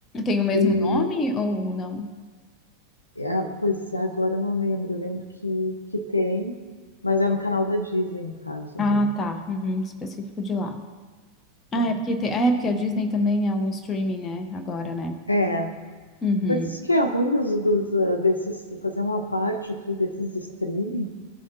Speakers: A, on the left (about 25°); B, on the left (about 85°).
A: Tem o mesmo
B: E,
A: nome ou não?
B: e, ah, pois é, agora eu não lembro, eu lembro que, que tem, mas é no canal da Disney, no caso,
A: Ah,
B: né?
A: tá. Uhum, específico de lá. Ah,
B: É.
A: é porque, tem- é porque
B: e-
A: a Disney também é um streaming, né? Agora, né?
B: É.
A: Uhum,
B: Pois isso que é ruim dos, dos, ah, desses, fazer uma parte aqui desses streaming.